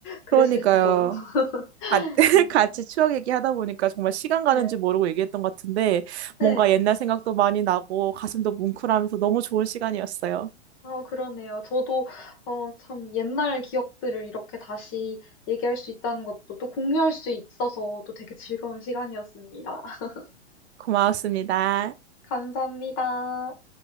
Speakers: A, on the left; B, on the right.
A: 그랬을지도요.
B: 그러니까요.
A: <laughs>
B: 같- <laughs>
A: 음.
B: 같이 추억 얘기하다 보니까 정말 시간 가는지
A: 네.
B: 모르고 얘기했던 것 같은데
A: 네.
B: 뭔가 옛날 생각도 많이 나고 가슴도 뭉클하면서 너무 좋은 시간이었어요.
A: 아, 그러네요. 저도, 어, 참, 옛날 기억들을 이렇게 다시 얘기할 수 있다는 것도 또 공유할 수 있어서 또 되게 즐거운 시간이었습니다. <laughs>
B: 고마웠습니다.
A: 감사합니다.